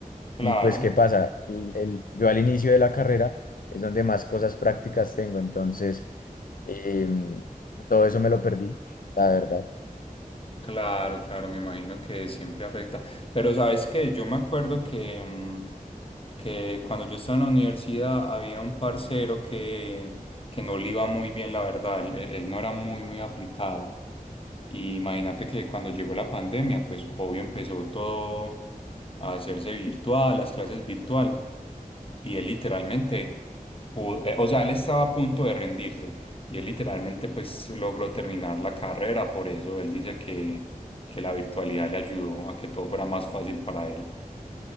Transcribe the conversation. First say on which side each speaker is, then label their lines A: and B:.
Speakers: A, on the left; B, on the left.
A: Claro,
B: Y pues, ¿qué pasa? El- el- yo al inicio de la carrera es donde más cosas prácticas tengo. Entonces, em, todo eso me lo perdí, la verdad.
A: claro, claro, me imagino que siempre afecta. Pero sabes que yo me acuerdo que, mm, que cuando yo estaba en la universidad había un parcero que, que no le iba muy bien, la verdad. Él, él no era muy, muy aplicado. Y imagínate que cuando llegó la pandemia, pues obvio empezó todo a hacerse virtual, las clases virtual. Y él literalmente, pudo- eh, o sea, él estaba a punto de rendirse. Y él literalmente pues logró terminar la carrera. Por eso él dice que, que la virtualidad le ayudó a que todo fuera más fácil para él.